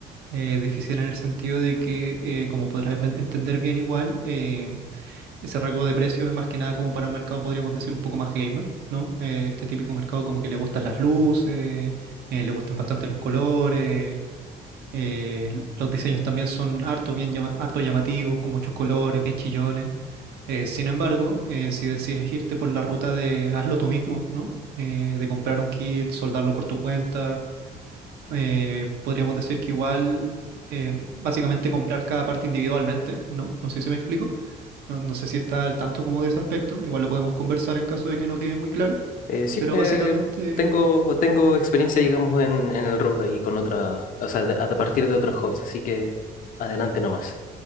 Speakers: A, on the right; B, on the left.
A: Eh, difícil en el sentido de que, eh, como podrás ven- entender bien igual, eh, ese rango de precio es más que nada como para un mercado, podríamos decir, un poco más gamer, ¿no? Eh, este típico mercado como que le gustan las luces, eh, le gustan bastante los colores. eh, los diseños también son harto, bien llama- harto llamativos, con muchos colores, bien chillones. Eh, sin embargo, eh, si decides irte por la ruta de hazlo tú mismo, ¿no? Eh, de comprar un kit, soldarlo por tu cuenta, eh, podríamos decir que igual, eh, básicamente comprar cada parte individualmente, ¿no? No sé si me explico, no, no sé si está al tanto como de ese aspecto, igual lo podemos conversar en caso de que no quede muy claro,
B: Eh, sí,
A: pero
B: eh,
A: básicamente...
B: tengo, tengo experiencia, digamos, en, en el rubro y con otra, o sea, de- a partir de otros hobbies, así que adelante nomás.